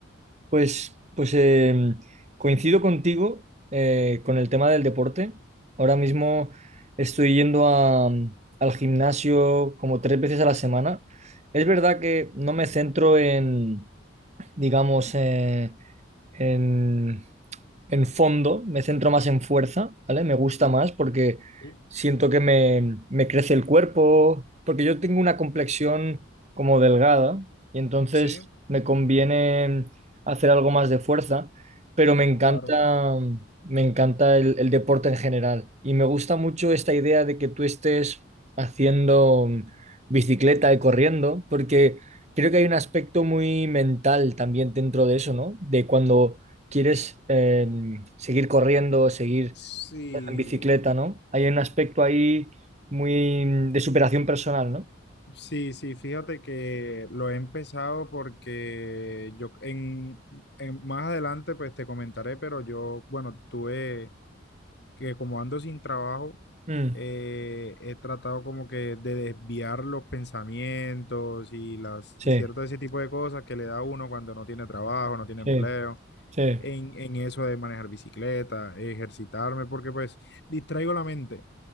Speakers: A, on the right (about 35°); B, on the left (about 55°).
A: Pues, pues em, coincido contigo eh, con el tema del deporte. Ahora mismo estoy yendo a, mm, al gimnasio como tres veces a la semana. Es verdad que no me centro en, digamos, eh, en en fondo, me centro más en fuerza, ¿vale? Me gusta más porque
B: Sí,
A: siento que me, me crece el cuerpo, porque yo tengo una complexión como delgada y entonces
B: sí,
A: me conviene hacer algo más de fuerza, pero me encanta,
B: claro.
A: me encanta el, el deporte en general y me gusta mucho esta idea de que tú estés haciendo bicicleta y corriendo, porque creo que hay un aspecto muy mental también dentro de eso, ¿no? De cuando quieres eh, seguir corriendo, seguir
B: Sí,
A: en bicicleta, ¿no? Hay un aspecto ahí muy mm, de superación personal, ¿no?
B: sí, sí, fíjate que lo he empezado porque yo en, en- más adelante pues te comentaré, pero yo, bueno, tuve que como ando sin trabajo,
A: Mm,
B: eh, he tratado como que de desviar los pensamientos y las
A: sí,
B: y cierto ese tipo de cosas que le da a uno cuando no tiene trabajo, no tiene empleo,
A: sí, sí,
B: en, en eso de manejar bicicleta, ejercitarme, porque pues distraigo la mente,